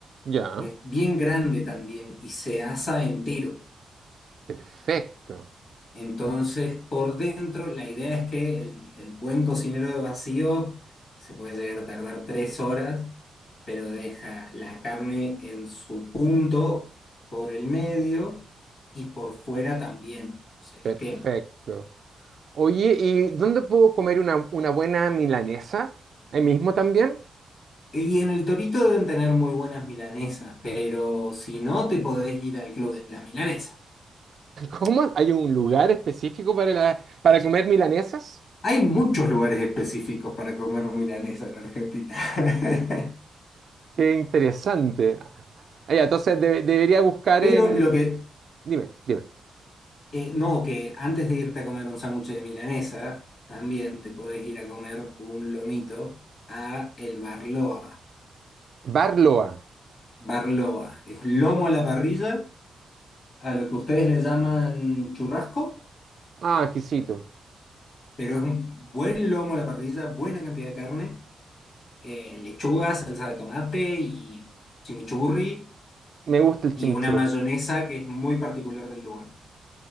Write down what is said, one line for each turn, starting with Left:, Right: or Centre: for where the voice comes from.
Right: Ya,
Left: pero es bien grande también y se asa entero.
Right: perfecto,
Left: Entonces, por dentro, la idea es que el, el buen cocinero de vacío se puede llegar a tardar tres horas pero deja la carne en su punto por el medio y por fuera también se
Right: perfecto.
Left: le quema.
Right: Oye, ¿y dónde puedo comer una, una buena milanesa? ¿Ahí mismo también?
Left: Y en el Torito deben tener muy buenas milanesas, pero si no, te podés ir al Club de la Milanesa.
Right: ¿Cómo? ¿Hay un lugar específico para, la, para comer milanesas?
Left: Hay muchos lugares específicos para comer milanesa en Argentina. <laughs>
Right: Qué interesante. Ah, ya, entonces de- debería buscar
Left: Pero
Right: en...
Left: lo que,
Right: Dime, dime.
Left: eh, no, que antes de irte a comer un sándwich de milanesa, también te podés ir a comer un lomito a El Barloa.
Right: Barloa.
Left: Barloa. Es lomo a la parrilla, a lo que ustedes le llaman churrasco,
Right: Ah, exquisito.
Left: pero es un buen lomo a la parrilla, buena cantidad de carne, eh, lechuga, salsa de tomate y chimichurri
Right: Me gusta el chimichurri.
Left: y una mayonesa que es muy particular del lugar.